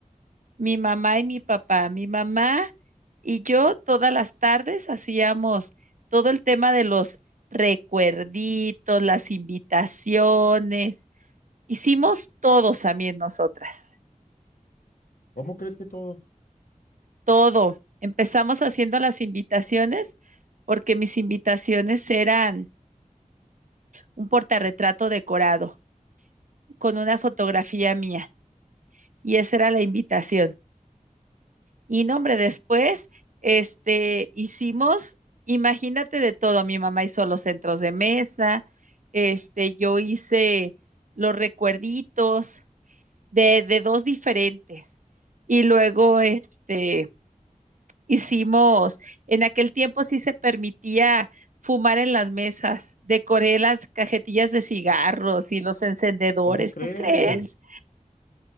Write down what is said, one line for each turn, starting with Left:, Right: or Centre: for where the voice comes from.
Right: mi mamá y mi papá. Mi mamá y yo todas las tardes hacíamos todo el tema de los recuerditos, las invitaciones. Hicimos todo, Samir, nosotras,
Left: ¿Cómo crees que todo?
Right: todo. Empezamos haciendo las invitaciones porque mis invitaciones eran un portarretrato decorado con una fotografía mía y esa era la invitación. Y no, hombre, después, este, hicimos, imagínate de todo, mi mamá hizo los centros de mesa, este, yo hice los recuerditos de, de dos diferentes. Y luego, este, hicimos, en aquel tiempo sí se permitía fumar en las mesas, decoré las cajetillas de cigarros y los encendedores,
Left: ¿Cómo crees?
Right: ¿tú Sí. crees?